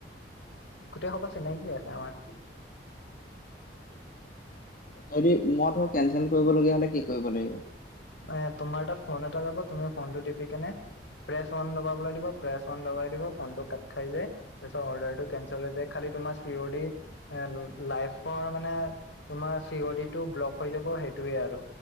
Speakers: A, on the left; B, on the left.
A: গোটেই সোপা চিনাকিয়ে আমাৰ
B: যদি মই ধৰ কেনচেল কৰিবলগীয়া হ'লে কি কৰিব লাগিব
A: এ তোমাৰ তাত এটা ফোন এটা যাব তুমি ফোন টো টিপি কিনে প্ৰেচ অন দবাবলে দিব প্ৰেচ অন দবাই দিব ফোনটো কাট খাই যাই তাৰপাছত অৰডাৰটো কেনচেল হৈ যাই খালি তোমাৰ চি অৰ দি এ লাইফৰ মানে তোমাৰ চি অ ডি টো ব্লক হৈ যাব সেইটোয়ে আৰু